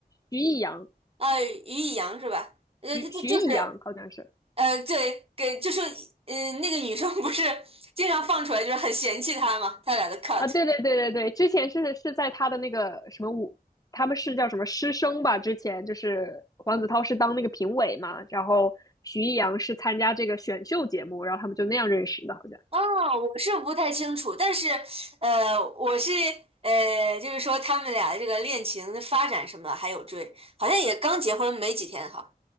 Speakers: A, on the left; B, on the right.
A: 徐艺洋，
B: 啊、于一杨是吧？呃，
A: 徐徐艺洋好像是
B: 就就就是呃，对，给就是，嗯、那个女生不是 <laughs> 经常放出来，就是很嫌弃他嘛，他俩的 cut。
A: 啊，对对对对对，之前是是在他的那个什么舞，他们是叫什么师生吧？之前就是黄子韬是当那个评委嘛，然后徐艺洋是参加这个选秀节目，然后他们就那样认识的，好像。
B: 哦，我是不太清楚，但是，呃，我是呃，就是说他们俩的这个恋情的发展什么的还有追，好像也刚结婚没几天哈。